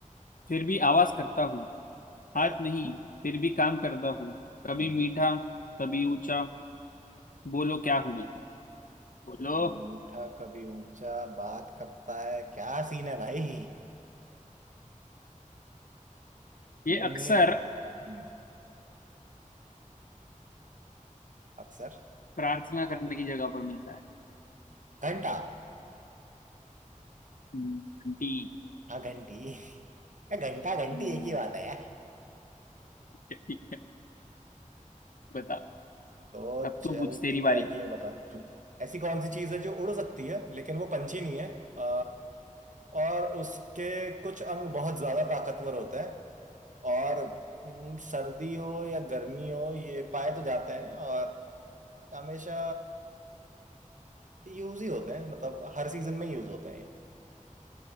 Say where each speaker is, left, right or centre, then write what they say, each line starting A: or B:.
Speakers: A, on the left; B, on the right.
A: फिर भी आवाज करता हूँ
B: हाँ
A: हाथ नहीं फिर भी काम करता हूँ कभी
B: हम्म।
A: मीठा कभी ऊंचा बोलो क्या हूं मैं बोलो
B: कभी मीठा कभी ऊंचा बात करता है क्या सीन है भाई
A: ये
B: वो नहीं
A: अक्सर
B: है बोलते हम्म, अक्सर
A: प्रार्थना करने की जगह पर मिलता है
B: घंटा
A: हम्म, आंटी
B: हाँ घंटी या घंटा घंटी
A: हम्म,
B: एक ही बात है यार
A: ठीक है बता
B: तो
A: अब
B: चल
A: तू पूछ तेरी
B: ठीक
A: बारी
B: है ये बता तू, ऐसी कौन सी चीज है जो उड़ सकती है लेकिन वो पंछी नहीं है अ, और उसके कुछ अंग बहुत ज्यादा ताकतवर होते हैं और हम्म, सर्दी हो या गर्मी हो ये पाए तो जाते हैं और हमेशा यूज ही होते हैं मतलब हर सीजन में यूज होते हैं ये।